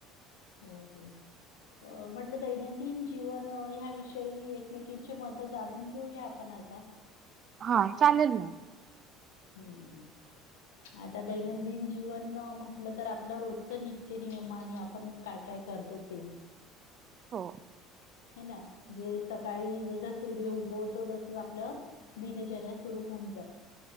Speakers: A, on the left; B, on the right.
A: हो हो. अ म्हटलं दैनंदिन जीवन ह्याविषयी एकमेकीची मत जाणून घेऊया आपण आता
B: हा चालेल.
A: हम्म. आता दैनंदिन जीवन म्हटलं तर आपल्या रोजच नित्य नियम आणि आपण काय काय करतो ते
B: हो
A: ह ना जे सकाळी जस सूर्य उगवतो तसच आपलं दिनचर्या सुरू होऊन